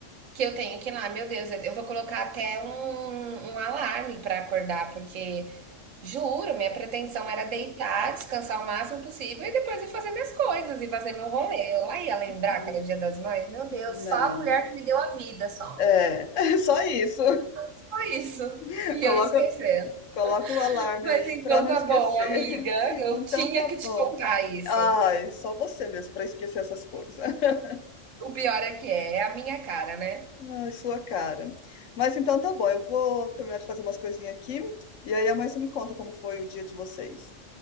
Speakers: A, on the right; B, on the left.
A: que eu tenho que ir lá. Meu Deus, eu vou colocar até um, um alarme para acordar, porque juro, minha pretensão era deitar, descansar o máximo possível e depois ir fazer minhas coisas e fazer meu rolê. Eu lá ia lembrar
B: Hum,
A: que era o Dia das Mães. Meu Deus,
B: Não,
A: só a mulher
B: não.
A: que me deu a vida, só.
B: É, <laughs> é só isso.
A: Só isso.
B: <laughs>
A: E
B: Coloca,
A: eu esquecendo.
B: coloca o alarme
A: Mas
B: aí
A: então
B: pra não
A: tá
B: esquecer.
A: bom, amiga.
B: <laughs>
A: Eu
B: Então
A: tinha
B: tá
A: que te
B: bom.
A: contar isso.
B: Ai, só você mesmo para esquecer essas coisas. <laughs>
A: O pior é que é, é a minha cara, né?
B: Ai, sua cara. Mas então tá bom, eu vou terminar de fazer umas coisinhas aqui e aí amanhã você me conta como foi o dia de vocês.